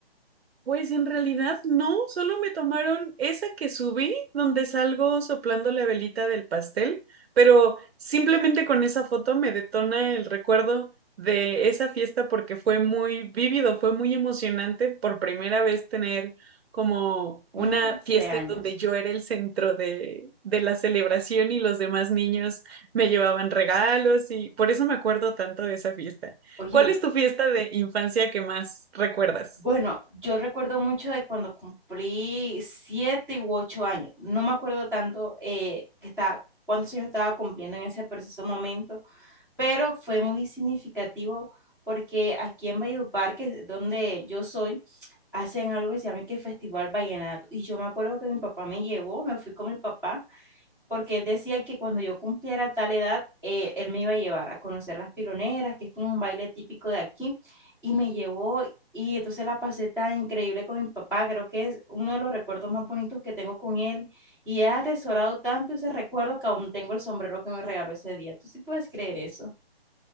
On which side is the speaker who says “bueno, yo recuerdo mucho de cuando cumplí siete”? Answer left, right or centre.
Centre